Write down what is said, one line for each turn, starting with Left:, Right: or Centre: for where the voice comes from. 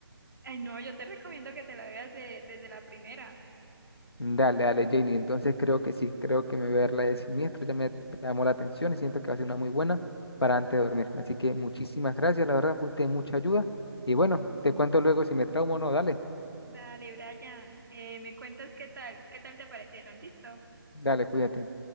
Right: Ay, no, yo te recomiendo que te la veas de- desde la primera.
Left: Dale, dale, Janie. Entonces creo que sí, creo que me voy a ver la de Siniestro. Ya me llamó la atención y siento que va a ser una muy buena para antes de dormir. Así que muchísimas gracias, la verdad, fuiste de mucha ayuda. Y bueno, te cuento luego si me traumo o no. Dale,
Right: Dale, Brian, eh, me cuentas qué tal, qué tal te parecieron, ¿listo?
Left: dale, cuídate.